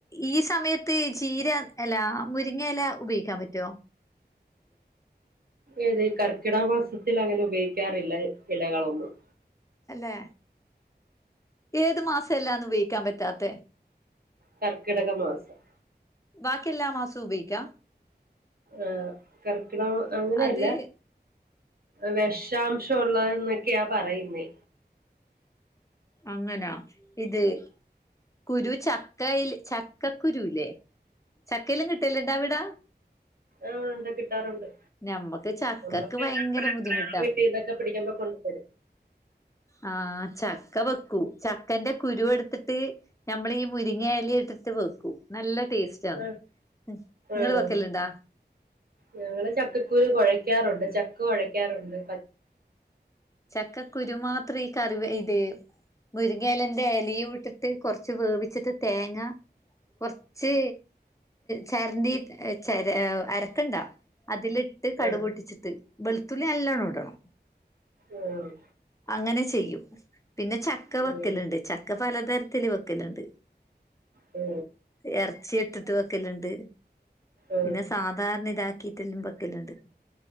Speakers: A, on the left; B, on the right.
A: ഈ സമയത്ത് ചീര അല്ല മുരിങ്ങല ഉപയോയിക്കാൻ പറ്റോ <unintelligible>
B: ഏത് ഈ കർക്കിട മാസത്തിൽ അങ്ങനെ ഉപയോയിക്കാറില്ല ഇലകളൊന്നും
A: അല്ലെ ഏത് മാസല്ലാന്ന് ഉപയോയിക്കാൻ പറ്റാത്തെ
B: കർക്കിടക മാസം
A: ബാക്കിയെല്ലാം മാസോം ഉപയോയിക്കാ
B: ആഹ് കർക്കിടക മാ അങ്ങനെയല്ല
A: അത്
B: വെഷാംശം ഉള്ളന്നൊക്കെയാ പറയുന്നേ
A: അങ്ങനാ ഇത് കുരു ചക്കയിൽ ചക്കക്കുരുല്ലേ ചക്കയെല്ലാം കിട്ടലിണ്ടാ ഇവിട
B: ആഹ് കിട്ടാറുണ്ട്
A: ഞമ്മക്ക് ചക്കക്ക്
B: നമ്മക്കെല്ലതൊക്കെ
A: ഭയങ്കര ബുദ്ധിമുട്ടാ
B: വീട്ടീന്നൊക്കെ പിടിക്കുംമ്പോ കൊണ്ട് തെരും
A: ആഹ് ചക്ക വെക്കൂം ചക്കേന്റെ കുരുവെടുത്തിട്ട് നമ്മളീ മുരിങ്ങയില എടു ത്ത് വെക്കും നല്ല ടേസ്റ്റ് ആണ്
B: ആ
A: നിങ്ങള്
B: ആണോ
A: വെക്കലിണ്ടാ
B: ഞങ്ങള് ചക്കക്കുരു കൊഴയ്ക്കാറുണ്ട് ചക്ക കൊഴയ്ക്കാറുണ്ട്
A: ചക്കക്കുരു മാത്രം ഈ കറിവ് ഇത് മുരിങ്ങലേന്റെ എലയും ഇട്ടിട്ട് കൊറച്ച് വേവിച്ചിട്ട് തേങ്ങ കൊർച്ച് ചെരണ്ടി ചെര അരക്കണ്ടാ അതിലിട്ട് കടു
B: ആ ആ
A: പൊട്ടിച്ചിട്ട് വെളുത്തുള്ളി നല്ലാണം ഇടണം
B: ഓഹ്
A: അങ്ങനെ ചെയ്യും പിന്ന ചക്ക വെക്കലുണ്ട്
B: ഉം
A: ചക്ക പലതരത്തിൽ വെക്കലുണ്ട്
B: ഓ
A: എറച്ചി ഇട്ടിട്ട് വെക്കലുണ്ട്
B: ഉം
A: പിന്ന സാധാരണ ഇതാക്കിയിട്ടെല്ലാം വെക്കലുണ്ട്